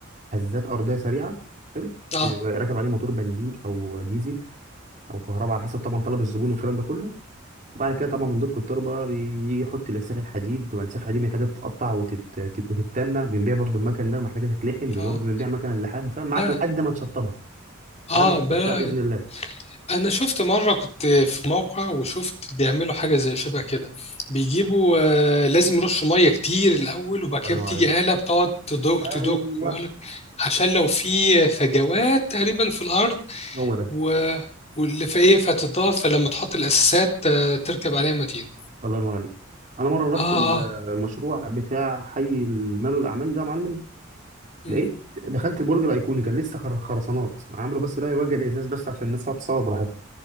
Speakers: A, on the right; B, on the left.
A: هزات ارضيه سريعه حلو
B: اه
A: يبقى راكب عليه موتور بنزين او ديزل او كهرباء على حسب طبعا طلب الزبون والكلام ده كله وبعد كده طبعا مندوب التربه بيجي يحط الاسلاخ الحديد والاسلاخ الحديد محتاجه تتقطع وتتنى بنبيع برضو المكن ده ومحتاجه تتلحم
B: اه
A: برضو بنبيع مكن اللحام فاهم معاك
B: لا
A: لحد ما تشطبها
B: اه
A: لحد ما تشطب
B: بقى
A: شعر باذن الله
B: انا شفت مره كنت في موقع وشفت بيعملوا حاجه زي شبه كده بيجيبوا آه لازم يرشوا ميه كتير الاول وبعد كده
A: الله ينور
B: بتيجي
A: عليك
B: آلة بتقعد تدق
A: ايوه
B: تدق يقول لك عشان لو في فجوات تقريبا في الارض
A: هو ده
B: و واللي في ايه فتضاف فلما تحط الاساسات آه تركب عليها متين
A: الله ينور عليك انا مره رحت
B: اه
A: المشروع
B: اه
A: بتاع حي المال والاعمال ده يا معلم
B: مم،
A: لقيت دخلت البرج الايقوني كان لسه خر- خرسانات عملوا بس لا يواجه الازاز بس عشان الناس تقعد تصور براحتها